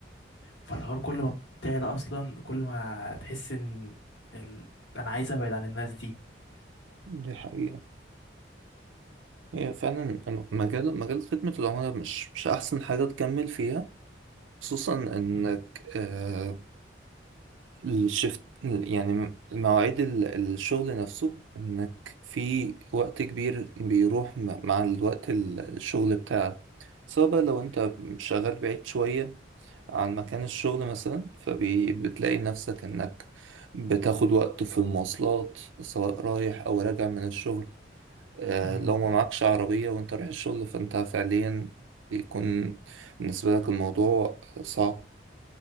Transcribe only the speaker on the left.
فالحوار كل ما بتعلى اصلا كل ما تحس ان ال... انا عايز ابعد عن الناس دي
مم.
مم.